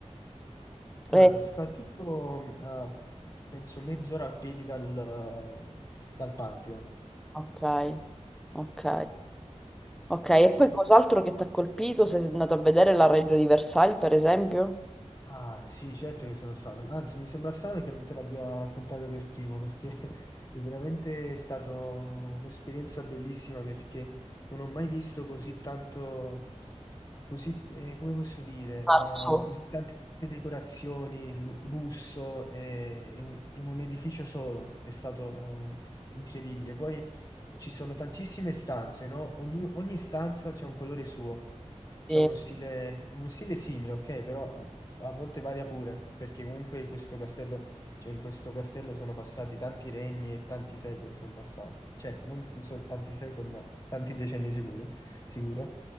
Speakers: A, on the left; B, in the centre.
A: allora,
B: Eh,
A: sta tipo a, penso mezz'ora a piedi dal, dal Pantheon.
B: ok, ok, ok, e poi cos'altro che ti ha colpito? Sei andato a vedere la Reggio di Versailles, per esempio?
A: Ah, sì, certo che sono stato. Anzi, mi sembra strano che non te l'abbia raccontato per primo, perché <laughs> è veramente stata un'esperienza bellissima perché non ho mai visto così tanto Così, eh, come posso dire,
B: marzo.
A: eh, così tante decorazioni, lu- lusso, eh, in, in un edificio solo, è stato incredibile. Poi ci sono tantissime stanze, no? Ognu- ogni stanza c'è un colore suo, c'è
B: Sì,
A: uno stile, uno stile simile, ok? Però a, a volte varia pure, perché comunque questo castello, cioè in questo castello sono passati tanti regni e tanti secoli sono passati. Cioè, non non so tanti secoli, ma tanti decenni sicuri, sicuro.